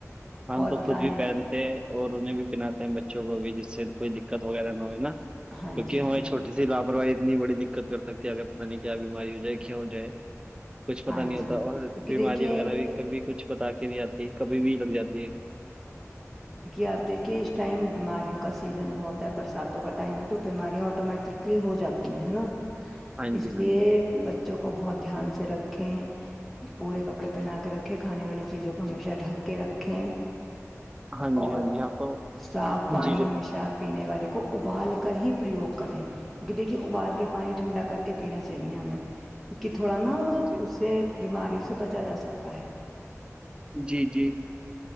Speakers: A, on the right; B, in the centre.
A: ہم
B: اور
A: تو
B: بتائیں
A: خود بھی پہن تے ہے اور انہیں بھی پہناتے ہیں بچوں کو بھی جس سے کوئی دقت وغیرہ نہ ہوئے نا
B: ہاں
A: کیو نکہ
B: جی
A: ہماری
B: ہاں
A: چھوٹی
B: جی
A: سی لاپرواہی اتنی بڑی دقت کر سکتی ہے آگے پتا نہیں کیا بیماری ہو جائے کیا ہو جائے کیوں ہو جائے کچھ پتا
B: ہاں
A: نہیں ہوتا
B: جی کیونکہ
A: اور بیماری
B: دیکھیے
A: وغیرہ بھی کبھی کچھ بتا کے نہیں آتی کبھی بھی لگ جاتی ہے
B: کیونکہ آپ دیکھیے اس ٹائم بیماریوں کا سیزن بہت ہے برساتوں کا ٹائم ہے تو بیماریاں آٹومیٹکلی ہو جاتی تی ہے نا
A: ہاں
B: اس
A: جی ہاں
B: لیے
A: جی
B: بچوں کو بہت دھیان سے رکھیں پورے کپڑے پہنا کے رکھے کھانے والی چیزوں کو ہمیشہ ڈھک کے رکھیں
A: ہاں
B: اور
A: جی ہاں جی ہم تو
B: صاف پانی
A: جی جو
B: ہمیشہ پینے والے کو ابال کر ہی پرریوگ کریں کیونکہ دیکھیے ابال کے پانی ٹھنڈا کر کے پینا چاہیے ہمیں کیو نکہ تھوڑا نا
A: جی
B: اس سے بیماریوں سے بچا جا سکتا ہے
A: جی جی